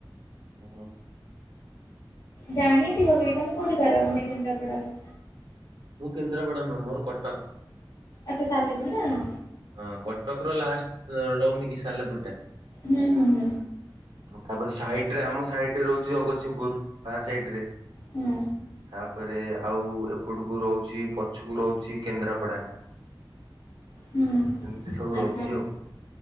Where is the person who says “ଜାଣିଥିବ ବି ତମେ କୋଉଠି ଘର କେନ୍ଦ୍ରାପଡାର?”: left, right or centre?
Left